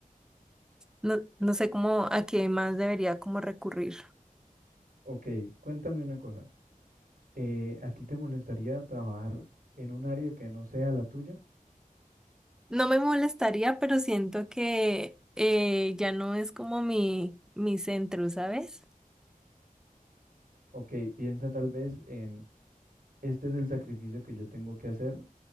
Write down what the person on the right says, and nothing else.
Ok, cuéntame una cosa. eh, ¿a ti te molestaría trabajar en un área que no sea la tuya?
Ok, piensa tal vez en, este es el sacrificio que yo tengo que hacer